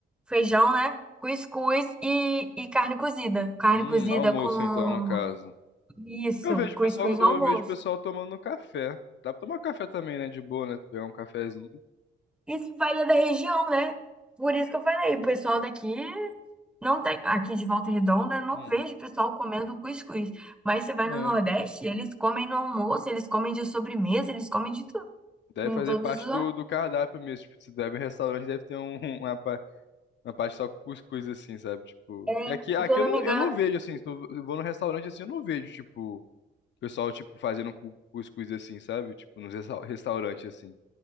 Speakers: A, in the centre; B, on the left (about 65°).
A: feijão, né? Cuscuz e, e carne cozida. Carne
B: hum,
A: cozida
B: almoço
A: com
B: então, no caso.
A: isso,
B: Eu vejo
A: cuscuz
B: o pessoal,
A: no
B: eu
A: almoço.
B: vejo o pessoal tomando café. Dá pra tomar café também, né? De boa, né? Pegar um cafezinho.
A: Isso varia da região, né? Por isso que eu falei, o pessoal daqui não tem, aqui de Volta Redonda, eu não
B: Hum,
A: vejo o pessoal comendo cuscuz. Mas você vai
B: é.
A: no Nordeste, eles comem no almoço, eles comem de sobremesa, eles comem de tudo,
B: Deve
A: em
B: fazer
A: todos
B: parte
A: os
B: do, do cardápio mesmo. Tipo, se deve restaurante, deve ter um, <laughs> uma, pa- uma parte só com cuscuz, assim, sabe? Tipo.
A: É,
B: Que aqui, aqui
A: se eu
B: eu
A: não
B: não,
A: me engano,
B: eu não vejo, assim. Se eu vou no restaurante assim, eu não vejo, tipo, o pessoal, tipo, fazendo cu- cuscuz assim, sabe? Tipo, nos restaurantes, assim.